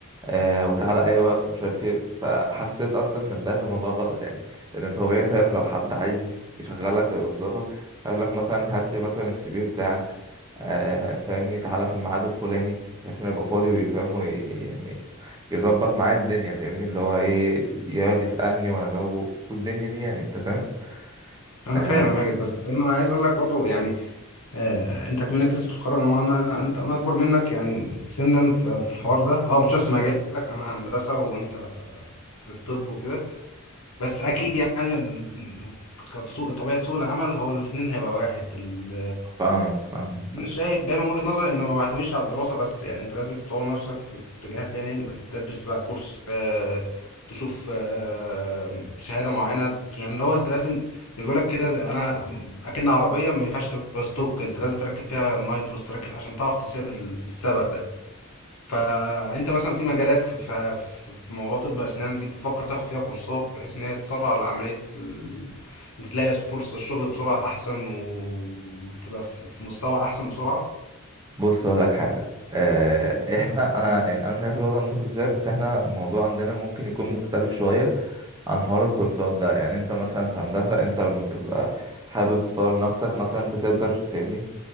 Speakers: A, on the right; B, on the left.
A: آه وتعالى اي وقت مش عارف ايه فحسيت اصلا ان بدايه الموضوع غلط يعني لان انت طبيعي فاهم لو حد عايز يشغلك او يوظفك هيقول لك مثلا هات لي مثلا السي في بتاعك آه فاهمني تعالى في الميعاد الفلاني بحيث انه يبقى فاضي ويفهم وي يعني يظبط معايا الدنيا فاهمني اللي هو ايه يقعد يسالني وانا اجاوبه والدنيا دي يعني انت فاهم
B: انا
A: آه
B: فاهم يا ماجد بس انا عايز اقول لك برضه يعني آه انت كمنك لسه بتتخرج انا وانا انت انا اكبر منك يعني سنا ف- في الحوار ده اه مش نفس مجالك انا هندسه وانت في الطب وكده بس اكيد يعني ال- كسوق طبيعه سوق العمل هو الاثنين هيبقى واحد ال-
A: فاهمك فاهمك
B: انا
A: آه.
B: شايف دايما من وجهة نظري انه ما بعتمدش على الدراسه بس يعني انت لازم تطور نفسك في اتجاه تاني يبقى انت تدرس بقى كورس آه تشوف آه شهاده معينه يعني اللي هو انت لازم بيقول لك كده انا اكن عربيه ما ينفعش تبقى ستوك انت لازم تركب فيها النايتروس تركب عشان تعرف تسابق ال- السبق ده فانت مثلا في مجالات في, في, في في موضوع طب اسنان دي بتفكر تاخد فيها كورسات بحيث ان هي تسرع العمليه ال... إن تلاقي فرصه الشغل بسرعه احسن و- وتبقى في في مستوى احسن بسرعه
A: بص اقول لك حاجه آه، احنا انا يعني انا مش عارف الوضع عندكم ازاي بس احنا الموضوع عندنا ممكن يكون مختلف شويه عن حوار الكورسات ده يعني انت مثلا في هندسه انت لما تبقى حابب تطور نفسك مثلا انت تقدر فاهمني